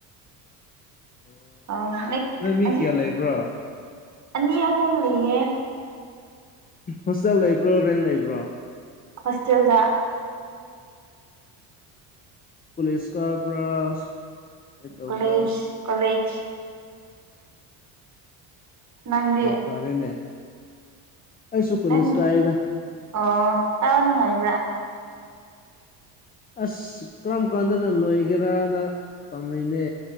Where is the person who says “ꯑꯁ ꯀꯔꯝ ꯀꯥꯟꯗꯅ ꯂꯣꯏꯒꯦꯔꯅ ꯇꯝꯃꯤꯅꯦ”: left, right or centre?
Left